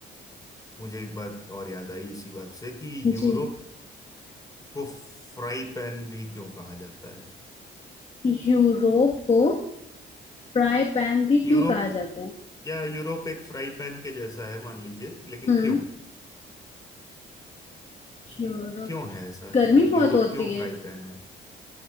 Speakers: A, on the left; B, on the left.
A: मुझे एक बात और याद आई इसी बात से कि यूरोप
B: जी
A: को फ्राई पैन भी क्यों कहा जाता है
B: यूरोप को फ्राई पैन भी
A: यूरोप
B: क्यों कहा जाता है
A: या यूरोप एक फ्राई पैन के जैसा है मान लीजिए लेकिन
B: हम्म
A: क्यों
B: यूरोप
A: क्यों है ऐसा
B: गर्मी
A: मतलब यूरोप
B: बहुत होती
A: क्यों
B: है
A: फ्राई पैन है